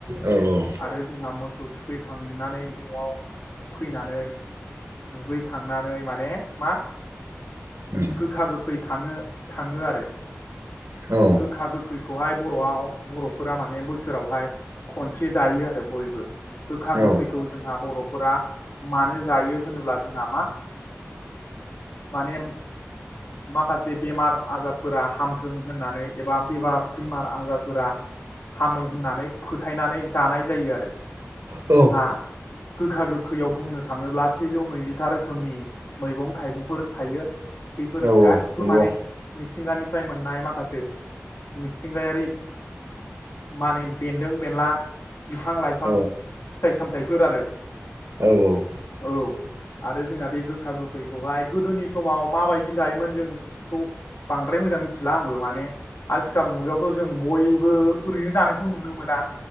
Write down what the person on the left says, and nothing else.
आरो जोंहा मोसौ थुखैखांनानै न'आव फैनानै दुगैखांनानै माने मा?
गोखा गोखै खानो थाङो आरो।
गोखा गोखैखौहाय बर'आव बर'फोरा माने बोसोरावहाय खनसे जायो आरो बयबो गोखा
गोखैखौ जोंहा बर'फोरा मानो जायो होनोब्ला जोंहा मा माने माखासे बेमार आजारफोरा हामथों होननानै एबा बेबार बेमार आजारफोरा हामो होननानै फोथायनानै जानाय जायो आरो।
जोंहा गोखा गोखैयाव बुंनो थाङोब्ला सेजौ नैजिथा रोखोमनि मैगं थाइगंफोर थायो। बेफोर
गासिबो
माने मिथिंगानिफ्राय मोननाय माखा खासे मिथिंगायारि माने बेन्दों बेनला बिफां लाइफां,
फिथाइ सामथाइफोर आरो।
औ, आरो जोंहा बे गोखा गोखैखौहाय गोदोनि समाव माबायदि जायोमोन जों खौ बांद्राय मोजां मिथिला आंबो माने आथिखाल मुगायाव बेखौ‌ जों बयबो ओरैनो जानायखौ नुनो मोना